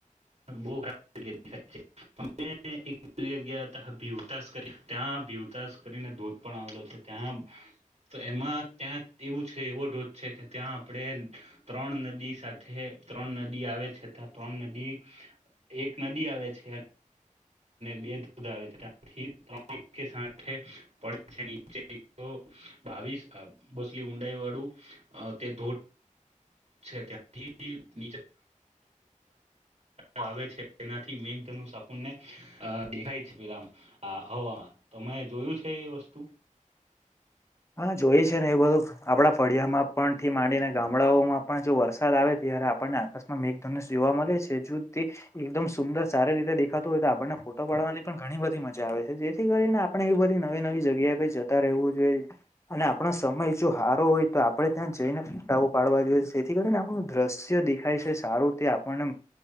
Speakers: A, on the right; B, on the left.
A: બહુ ખરાબ એક <unintelligible> જગ્યા હતા ભીવતાસ કરી ત્યાં ભીવતાસ કરીને ધોધ પણ આવેલો હતો ત્યાં તો એમાં ત્યાં એવું છે એવો ધોધ છે કે ત્યાં આપણે ત્રણ નદી સાથે ત્રણ નદી આવે છે. ત ત્રણ નદી એક નદી આવે છે બે ધોધ આવે છે. <unintelligible> ત્યાથી ત્રં પડે છે. નીચે બાવીસ બસલી ઊંડાઈ વાળું તે ધોધ છે <unintelligible> તયા થીની આવે છ. એનાથી મેઘ સાપુનને <unintelligible> દેખાય છે. પેલા હવામાં તમે જોયું છે એ વસ્તુ?
B: હા જોય છે ને એ બધું આપડા ફળિયામાં પણ થી માંડીને ગામડાઓ પણ જો વરસાદ આવે ત્યારે આપણને આ મેઘધનુષ જોવા મળે છે. જો તે એકદમ સુંદર સારી રીતે દેખાતું હોય તો આપણને ફોટો પાડવાની પણ ઘણી બધી મજા આવે છે. જેથી કરીને આપણે એવી બધી નવી નવી જગ્યાએ જતા રહેવું જોઈએ. અને આપણો સમય જો હારો હોય તો આપણે ત્યાં જઈને ફટાવો પાડવા જોઈએ જેથી કરીને આપણે દ્રશ્ય દેખાય છે સારું તે આપણને